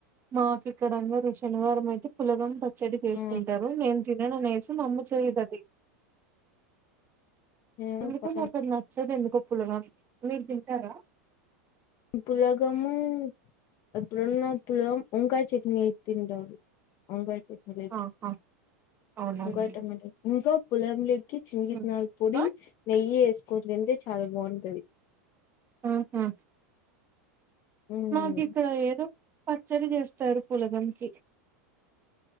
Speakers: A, on the right (about 25°); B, on the left (about 45°).
A: మాకు ఇక్కడ అందరూ శనివారం అయితే పులగం పెడ్ చెడి తీసుకుంటారు
B: ఆ
A: నేను తిననునేసి మా అమ్మ చేయదు అది
B: ఏమో
A: ఎందుకో
B: కొంచెం
A: నా కది నచ్చదు ఎందుకో పులగం మీరు తింటారా
B: పులగము ఎప్పుడున్న పులగం ఇంకా చట్నీ తింటాడు వంక్కాయ్ చట్నీలోకి
A: ఆహా అవునండి
B: వంకాయ టమాట ఇంకా పులగం లోకి చిన్న
A: ఉమ్.
B: కారప్పొడి
A: ఆ
B: నెయ్యి వేసుకొని తింటే చాలా బాగుంటది
A: ఆహా
B: ఉహు
A: మాకు ఇక్కడ ఏదో పచ్చడి వెస్తారు పులగంకి